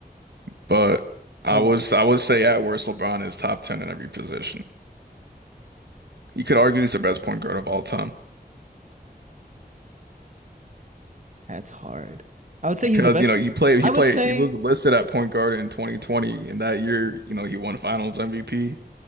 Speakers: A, on the right (about 85°); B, on the right (about 50°).
A: But I
B: Hold
A: was
B: on.
A: I would say at worst LeBron is top ten in every position. You could argue he's the best point guard of all time
B: That's hard. I would say
A: because
B: he's the best.
A: you know he played
B: I
A: he
B: would
A: played
B: say,
A: he was listed at point guard in 2020 and that year you know he won Finals MVP.